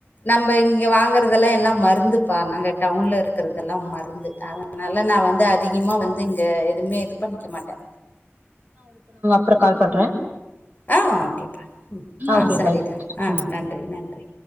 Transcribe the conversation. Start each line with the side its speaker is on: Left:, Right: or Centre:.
Left: இப்ப இங்க வாங்கறது எல்லா மருந்துப்பா நாங்க டவுன்ல இருக்கறதெல்லா மருந் து அதனால நா வந்து அதிகமா வந்து இங்க எதுவுமே இது பண்ணிக்க மாட்டே
Right: அப்புற கால் பண்றே
Left: ஆ ஓகேப்பா ம் ஆ
Right: ஓகே
Left: சரிடா
Right: பாய் சிஸ்டர்
Left: ஆ
Right: ம்
Left: நன்றி நன்றி